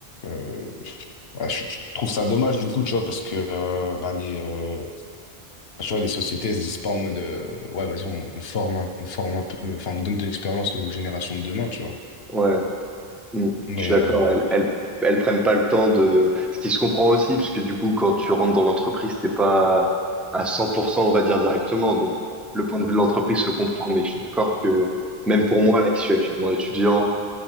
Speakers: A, on the left; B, in the centre.
A: Euh, ouais, je, je trouve ça dommage du coup, tu vois, parce que euh, bah, les, euh, tu vois, les sociétés elles se disent pas en mode, euh, ouais, vas-y, on, on forme, un- on forme un peu, enfin, on donne de l'expérience aux générations de demain, tu vois.
B: Ouais, mm,
A: Mais
B: je suis d'accord.
A: euh,
B: Elles, elles, elles prennent pas le temps de. Ce qui se comprend aussi, parce que du coup, quand tu rentres dans l'entreprise, t'es pas à 100%, on va dire directement. Donc, le point de vue de l'entreprise se comprend, mais je suis d'accord que même pour moi, là, qui suis actuellement étudiant,